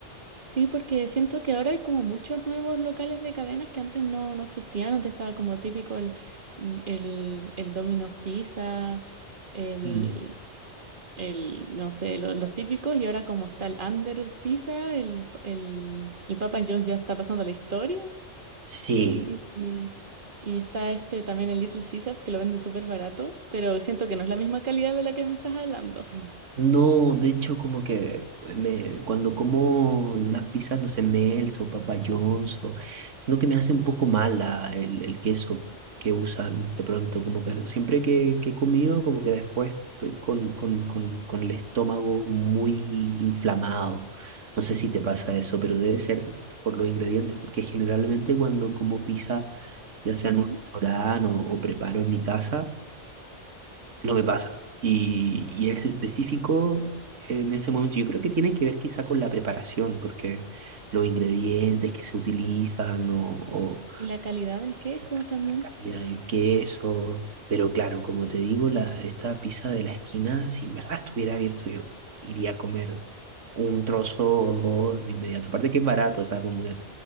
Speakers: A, on the right; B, on the right.
A: Sí, porque siento que ahora hay como muchos nuevos locales de cadenas que antes no, no existían. Antes estaba como típico el, el, el Domino's Pizza, el,
B: Mm.
A: el, no sé, lo- los típicos. Y ahora como está el Under Pizza, el, el, el Papa John's ya está pasando la historia.
B: Sí.
A: Y, y- y está este también el Little Caesars que lo vende súper barato, pero siento que no es la misma calidad de la que me estás hablando. <laughs>
B: No, de hecho, como que me, cuando como las pizzas, no sé, Melt o Papa John's, o, siento que me hace un poco mala el, el queso que usan de pronto, como que siempre que, que he comido, como que después estoy con, con, con, con el estómago muy inflamado. No sé si te pasa eso, pero debe ser por los ingredientes, porque generalmente cuando como pizza, ya sea
A: Ujú.
B: en un restaurante o o preparo en mi casa, no me pasa. Y, y es específico en ese momento. Yo creo que tiene que ver quizá con la preparación, porque los ingredientes
A: Sí,
B: que se utilizan o, o-
A: y la calidad del queso
B: o la,
A: también.
B: la calidad del queso. Pero claro, como te digo, la, esta pizza de la esquina, si en verdad estuviera abierto, yo iría a comer un trozo o dos de inmediato. Aparte que es barato, o sea, como que